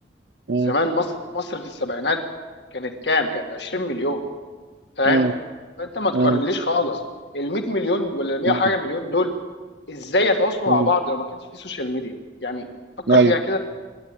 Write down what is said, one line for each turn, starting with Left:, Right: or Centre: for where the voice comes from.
Right: مم.
Left: زمان مصر مصر في السبعينات كانت كام؟ كانت 20 مليون فاهم؟
Right: مم.
Left: فانت ما تقارنليش
Right: مم.
Left: خالص ال 100 مليون ولا ال 100
Right: مم.
Left: حاجه مليون دول ازاي يتواصلوا
Right: مم.
Left: مع بعض لو ما كانش في سوشيال ميديا؟ يعني فكر
Right: ايوه
Left: فيها كده